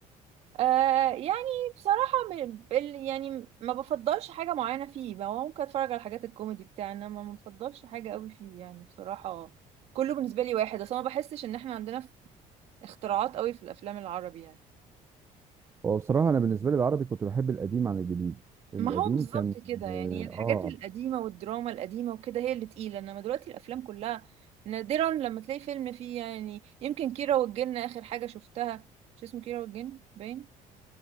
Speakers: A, on the right; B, on the right.
A: آه، يعني بصراحة م- بال- يعني ما بفضلش حاجة معينة فيه ما هو ممكن اتفرج على الحاجات الكوميدي بتاعنا ما ما بفضلش حاجة قوي فيه يعني بصراحة كله بالنسبة لي واحد اصل أنا ما بحسش ان احنا عندنا اختراعات قوي في الافلام العربي يعني
B: هو بصراحة أنا بالنسبة لي العربي كنت بحب القديم عن الجديد القديم
A: ما هو بالظبط
B: كان
A: كده يعني الحاجات
B: آه آه،
A: القديمة والدراما القديمة وكده هي اللي تقيلة انما دلوقتي الافلام كلها نادرا لما تلاقي فيلم فيه يعني يمكن كيرة والجن اخر حاجة شفتها مش اسمه كيرة والجن باين